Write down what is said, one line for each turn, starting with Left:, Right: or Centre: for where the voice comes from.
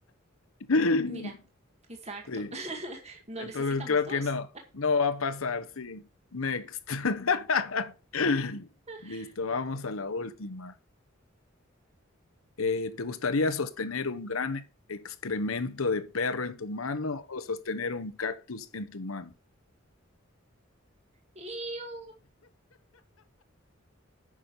Left: <laughs>
Right: Mira, exacto.
Left: Sí.
Right: <laughs> No
Left: Entonces
Right: necesitamos
Left: creo
Right: dos.
Left: que no, no va a pasar, sí. Next. <laughs>
Right: <laughs>
Left: Listo, vamos a la última. Eh, ¿te gustaría sostener un gran excremento de perro en tu mano o sostener un cactus en tu mano?
Right: ¡Iu!